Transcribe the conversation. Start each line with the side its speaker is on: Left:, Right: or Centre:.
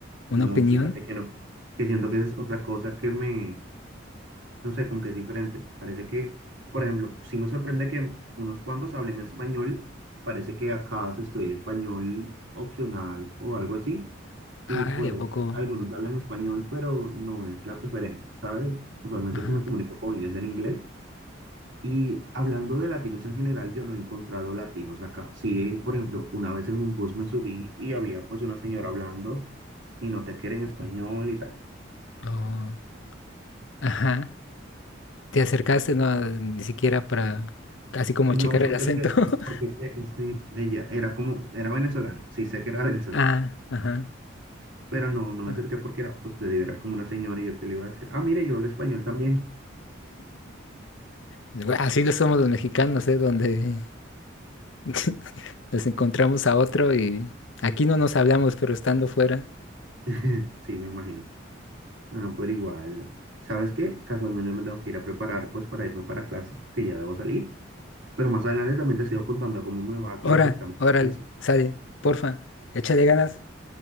Left: una
Right: No,
Left: opinión.
Right: fíjate que no, que siento que es otra cosa que me, no sé, como que es diferente. Parece que, por ejemplo, sí me sorprende que unos cuantos hablen español, parece que acá se estudia español opcional o algo así Y
Left: Ay,
Right: pues
Left: ¿a poco?
Right: algunos hablan español, pero no es la preferencia, ¿sabes? Usualmente
Left: Ajá.
Right: si me comunico con ellos en inglés. Y hablando de latinos en general, yo no he encontrado latinos acá. Sí, por ejemplo, una vez en un bus me subí y había pues una señora hablando y no te quiere en español y tal.
Left: Oh, ajá. ¿Te acercaste? No, ni siquiera para, así como
Right: No,
Left: checar
Right: porque
Left: el acento.
Right: es que,
Left: <laughs>
Right: porque es que, este, ella era como, era venezolana, sí sé que era venezolana,
Left: Ah, ajá.
Right: pero no, no me
Left: ah.
Right: acerqué porque era, pues te digo, era como una señora y yo que le iba a decir, ah, mire, yo hablo español también.
Left: Bueno, Así lo somos los mexicanos, ¿eh? Donde <laughs> Nos encontramos a otro y aquí no nos hablamos, pero estando fuera.
Right: <laughs> Sí, me imagino. Bueno, pero igual, ¿sabes qué? Casualmente me tengo que ir a preparar pues para irme para clase porque ya debo salir. Pero más adelante también te sigo contando cómo me va
Left: Ora,
Right: con los exámenes.
Left: órale,
Right: Eso.
Left: sale, porfa, échale ganas,